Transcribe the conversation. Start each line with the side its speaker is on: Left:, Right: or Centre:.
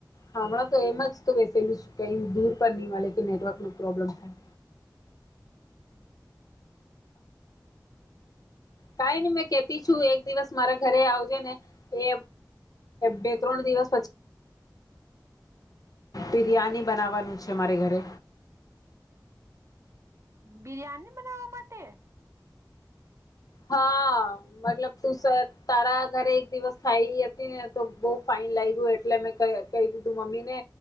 Left: હમણાં તો એમ જ તો વસેલું કે દૂર પણ નહી મળે કે નેટવર્ક પ્રોબ્લમ થાય કઈ નઈ મેં કેતી છું એક દિવસ મારા ઘરે આવજે ને એ બે ત્રણ દિવસ પછી બિરયાની બનાવવાનું છે મારે ઘરે
Right: બિરિયાની બનાવવા માટે
Left: હા મતલબ તું સર તારા ઘરે એક દિવસ ખાઈ હતી ને તો બહુ ફાઈન લાગ્યું એટલે મેં કહયુ કહી દીધું મમ્મી ને